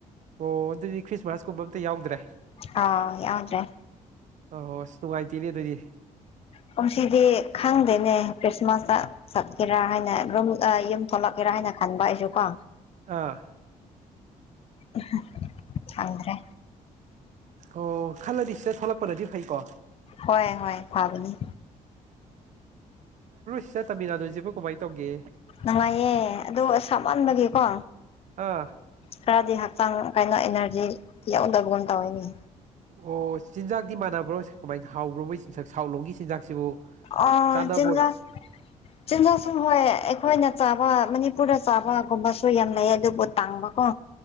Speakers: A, on the right; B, on the left.
A: ꯑꯣ ꯑꯗꯨꯗꯤ ꯈ꯭ꯔꯤꯁꯃꯥꯁꯀꯨꯝꯕ ꯑꯝꯇ ꯌꯥꯎꯗ꯭ꯔꯦ
B: ꯑꯥ ꯌꯥꯎꯗ꯭ꯔꯦ
A: ꯑ ꯍꯣ ꯑꯁ ꯇꯅꯨꯡꯉꯥꯏꯇꯔꯤ ꯑꯗꯨꯗꯤ
B: ꯀꯨꯝ ꯁꯤꯗꯤ ꯈꯪꯗꯦꯅꯦ ꯈ꯭ꯔꯤꯁꯃꯥꯁꯇ ꯆꯠꯀꯦꯔꯥ ꯍꯥꯏꯅꯨꯝ ꯊꯣꯛꯂꯛꯀꯦꯔꯥ ꯍꯥꯏꯅ ꯈꯟꯕ ꯑꯩꯁꯨ ꯀꯣ
A: ꯑꯥ
B: ꯎ ꯑꯗꯨꯗ꯭ꯔꯦ
A: ꯑꯣ ꯈꯜꯂꯗꯤ ꯁꯤꯗ ꯊꯣꯛꯂꯛꯄꯅꯗꯤ ꯐꯩꯀꯣ
B: ꯍꯣꯏ ꯍꯣꯏ ꯐꯥꯕꯅꯤ
A: ꯁꯤ ꯇꯃꯤ ꯅꯥꯗꯨꯣꯏꯁꯤꯕꯨ ꯀꯃꯥꯏꯅ ꯇꯧꯒꯦ
B: ꯅꯨꯡꯉꯥꯏꯌꯦ ꯑꯗꯨ ꯑꯁꯞꯃꯟꯕꯒꯤꯀꯣ
A: ꯑꯥ
B: ꯈꯔꯗꯤ ꯍꯛꯆꯥꯡ ꯀꯥꯏꯩꯅꯣ ꯑꯦꯅꯔꯖꯤ ꯌꯥꯎꯗꯕꯅ ꯇꯧꯋꯤꯅꯦ
A: ꯑꯣ ꯆꯤꯟꯖꯥꯛꯇꯤ ꯃꯥꯟꯅꯕ꯭ꯔꯣ ꯀꯃꯥꯏꯅ ꯍꯥꯎꯕ꯭ꯔꯣ ꯃꯣꯏ ꯆꯖꯥꯛ ꯁꯥꯎꯂꯣꯝꯒꯤ ꯆꯤꯟꯖꯥꯛꯁꯤꯕꯨ
B: ꯑ
A: ꯆꯥꯟꯅꯕ
B: ꯆꯤꯟꯖꯥꯛ ꯆꯤꯟꯖꯥꯛꯁꯨ ꯍꯣꯏ ꯑꯩꯈꯣꯏꯅ ꯆꯥꯕ ꯃꯅꯤꯄꯨꯔꯗ ꯆꯥꯕꯒꯨꯝꯕꯁꯨ ꯌꯥꯝ ꯂꯩ ꯑꯗꯨꯕꯨ ꯇꯥꯡꯕꯀꯣ